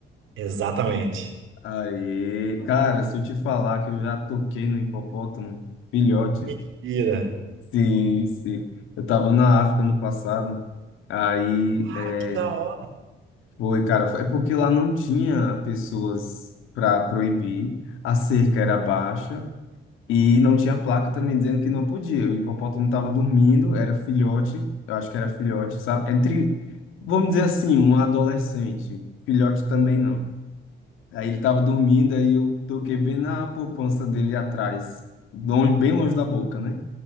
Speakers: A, on the right (about 80°); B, on the left (about 90°).
A: Exatamente.
B: Aí, cara, se eu te falar que eu já toquei no hipopótamo, filhote.
A: Mentira.
B: Sim, sim. Eu tava na África no passado. Aí,
A: Cara,
B: é,
A: que da hora.
B: foi, cara, foi- é porque lá não tinha pessoas para proibir. A cerca era baixa, E não tinha placa também dizendo que não podia. O hipopótamo estava dormindo, era filhote, eu acho que era filhote, sabe? Entre, vamos dizer assim, um adolescente. Filhote também não. Aí ele estava dormindo, aí eu toquei bem na poupança dele atrás, longe- bem longe da boca, né?